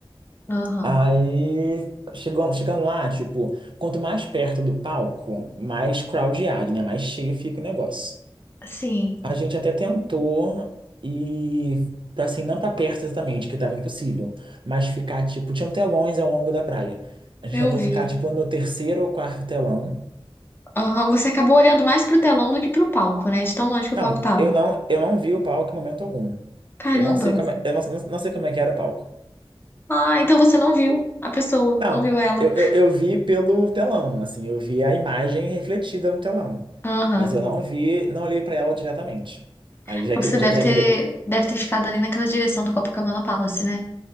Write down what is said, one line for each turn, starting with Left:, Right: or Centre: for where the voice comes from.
Left: Aham.
Right: Aí, chegou, chegando lá, tipo, quanto mais perto do palco, mais crowdado, né? Mais cheio fica o negócio.
Left: Sim,
Right: A gente até tentou ir, pra, assim, não pra perto exatamente, que tava impossível, mas ficar, tipo, tinham telões ao longo da praia. A gente
Left: eu
Right: tentou
Left: vi.
Right: ficar, tipo, no terceiro ou quarto telão.
Left: Aham, Você acabou olhando mais pro telão do que pro palco, né? De tão longe que o
Right: Não,
Left: palco tava.
Right: eu não, eu não vi o palco em momento algum.
Left: Caramba!
Right: Eu não sei como é, eu não, não- não sei como é que era o palco.
Left: Ah, então você não viu a pessoa,
Right: Não,
Left: não viu ela.
Right: eu, eu, eu vi pelo telão, assim, eu vi a imagem refletida no telão.
Left: Aham.
Right: Mas eu não vi, não olhei pra ela diretamente. Aí já
Left: Então
Right: queria,
Left: você deve
Right: já, já
Left: ter,
Right: queria,
Left: deve ter ficado ali naquela direção do Copacabana Palace, né?